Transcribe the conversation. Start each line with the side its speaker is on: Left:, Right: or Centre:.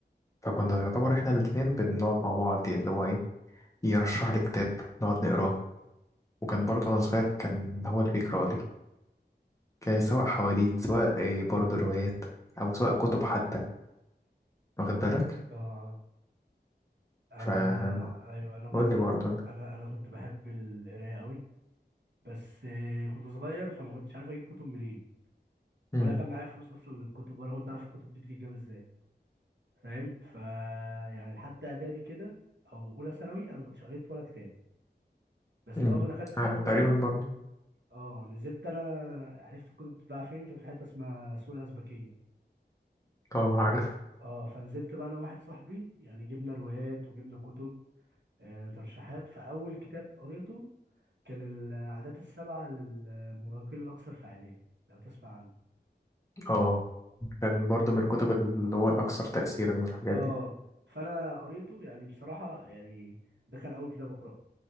Left: فكنا يعتبر احنا الاتنين بنقعد مع بعض اللي هو ايه يرشح لي كتاب نقعد نقراه وكان برضو وأنا صغير كان هو اللي بيقرأ لي كان سواء حواديت سواء إيه برضو روايات أو سواء كتب حتى واخد بالك
Right: آه، انا
Left: فقول
Right: ايوه انا برضو
Left: لي برضو انت
Right: انا انا كنت بحب القراية قوي بس آه، كنت صغير فما كنتش عارف اجيب كتب منين ولا
Left: مم.
Right: كان معايا فلوس اصلا للكتب ولا كنت عارف الكتب دي بتتجاب ازاي فاهم ف يعني لحد اعدادي كده او اولى ثانوي انا ما كنتش قريت ولا كتاب بس
Left: مم.
Right: اول ما دخلت ثانوي
Left: آه،
Right: بقى
Left: تقريبا برضو
Right: اه نزلت انا عرفت الكتب بتتباع فين كان في حته اسمها سوق الازبكيه
Left: اه عارف
Right: اه فنزلت بقى انا وواحد صاحبي يعني جبنا روايات وجبنا كتب آه ترشيحات فاول كتاب قريته كان العادات السبعه للمراهقين الاكثر فعاليه لو تسمع عنه
Left: اه كان برضه من الكتب اللي هو الأكثر تأثيرا والحاجات
Right: اه
Left: دي
Right: فانا قريته يعني بصراحه يعني ده كان اول كتاب اقراه